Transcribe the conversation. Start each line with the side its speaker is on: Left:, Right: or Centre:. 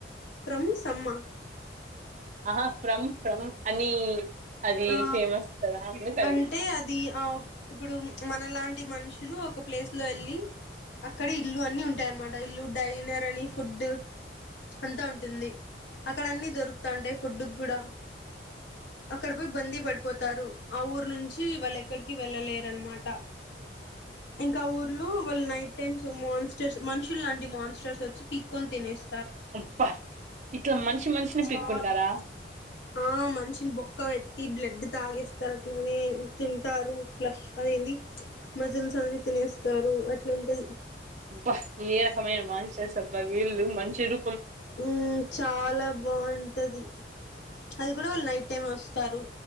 Left: ఫ్రమ్ సమ్మ
Right: ఆహ ఫ్రమ్ ఫ్రమ్ అని అది
Left: ఆ
Right: ఫేమస్ కదా అందుకు అడిగిన
Left: అంటే అది ఆ ఇప్పుడు మనలాంటి మనుషులు ఒక ప్లేస్ లో వెళ్ళి అక్కడే ఇల్లు అన్ని ఉంటాయి అన్నమాట ఇల్లు డైనర్ అని ఫుడ్ అంతా ఉంటుంది అక్కడ అన్నీ దొరుకుతాంటాయి ఫుడ్డు కూడా అక్కడ పోయి బందీ పడిపోతారు ఆ ఊరు నుంచి వాళ్ళు ఎక్కడికి వెళ్ళలేరన్నమాట ఇంకా ఆ ఊర్లో వాళ్ళు నైట్ టైమ్స్ మోన్స్టర్స్ మనుషులు లాంటి మాన్స్టర్స్ వొచ్చ పీక్కొని తినేస్
Right: అబ్బ ఇట్లా మనిషి మనిషిని
Left: చా
Right: పిక్కుంటారా
Left: ఆ మనిషిని బో పెట్టి బ్లడ్ తాగేస్తారు అట్లానే తింటారు ఫ్లష్ అది ఏంది మజిల్స్ తనని తినేస్తారు అట్లాంటది
Right: అబ్బ ఏ రకమైన మనసస్ అబ్బా వీళ్ళు మంచులు
Left: మ్మ్ చాలా బాగుంటది అది కూడా వాళ్ళు నైట్ టైమ్ వస్తారు